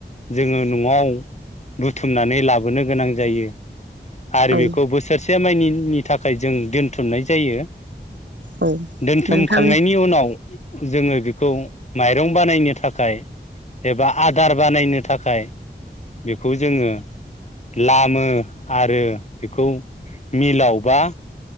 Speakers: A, on the left; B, on the right.
A: जोङो न'आव बुथुमनानै लाबोनो गोनां जायो आरो
B: औ
A: बेखौ बोसोरसे से माइनिनि थाखाय थाखाय जों दोनथुमनाय जायो
B: औ
A: दोनथुमखांनायनि
B: नोंथां
A: उनाव जोङो बेखौ माइरं बानायनो थाखाय एबा आदार बानायनो थाखाय बेखौ जोङो लामो आरो बेखौ मिलाव बा